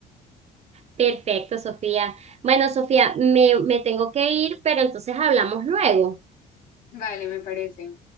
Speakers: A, on the right (about 40°); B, on the left (about 55°).
A: Perfecto, Sofía. Bueno, Sofía, me, me tengo que ir, pero entonces hablamos luego.
B: Vale, me parece.